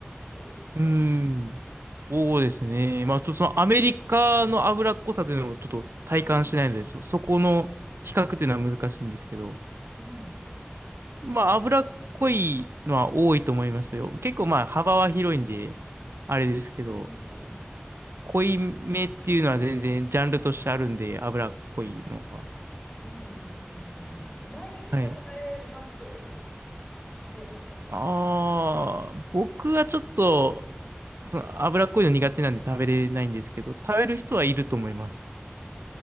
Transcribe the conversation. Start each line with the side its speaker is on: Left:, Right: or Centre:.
Left: どうです
Right: うん。うーん。そうですね。まあちょっとそのアメリカの脂っこさというのをちょっと体感しないので、
Left: うんうん
Right: そ、そこの比較というのは難しいんですけど、
Left: うん
Right: まあ脂っこいのは多いと思いますよ。結構まあ幅は広いんで、あれですけど。
Left: うんうんうん
Right: 濃いめっていうのは全然ジャンルとしてあるんで、脂っこいのは。
Left: うんうんうん毎日食べられます
Right: はい。
Left: どうですか
Right: ああ、僕はちょっと、その脂っこいの苦手なんで食べれないんですけど、食べる人はいると思います。